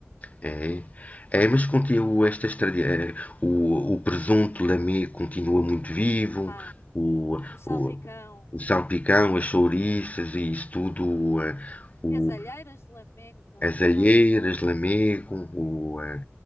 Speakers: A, on the left; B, on the left.
A: É, é, mas continua estas tradi- eh, o, o presunto lamego continua muito vivo.
B: Ah,
A: O,
B: o salpicão.
A: o, o salpicão, as chouriças e isso tudo. eh, O,
B: E as Alheiras de Lamego, que não
A: As
B: tem nada
A: alheiras,
B: a ver com as outras.
A: Lamego, o, eh,